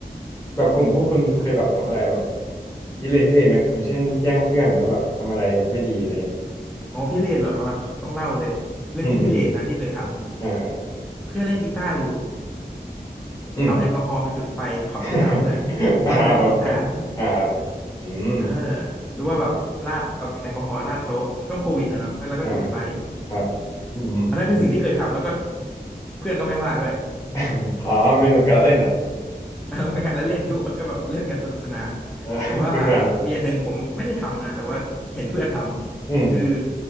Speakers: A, on the left; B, in the centre.
A: แบบกลุ่มพวกคุณเคยแบบทำอะไรแบบพิเรนพิเรนไหมอย่างเช่นแกล้งเพื่อนหรือว่าแบบทำอะไรแบบไม่ดีอะไรเงี้ย
B: อ๋อพี่เลนเหรอเอามาต้องเล่าเลยเรื่องที่พี่เลนนะที่เคยทำ
A: อืมอืมอ่าครับ
B: เพื่อนเล่นกีตาร์อยู่
A: อืม
B: เอาแอลกอฮอล์ไปจุดไฟเผารองเท้าเพื่อนตอนเพื่อนเล่นกีตาร์
A: <laughs> อ่าครับอ่าครับอืม
B: เออหรือว่าแบบราดเอาแอลกอฮอล์ราดโต๊ะช่วงโควิดอะเนาะก็แล้วก็จุดไฟ
A: อ่าครับอืมอืมอืมอม
B: อันนั้นคือสิ่งที่เคยทำแล้วก็เพื่อนก็ไม่ว่าด้วย <laughs>
A: <laughs> อ๋อมันเป็นแบบการละเล่นอ่ะ
B: เออเป็นการละเล่นทุกคนก็แบบเล่นกันสนุกสนาน
A: เออ <laughs>
B: แต่ว่า
A: สนุกสนาน
B: มีอันหนึ่งผมไม่ได้ทำนะแต่ว่าเห็นเพื่อนทำคือ
A: อืม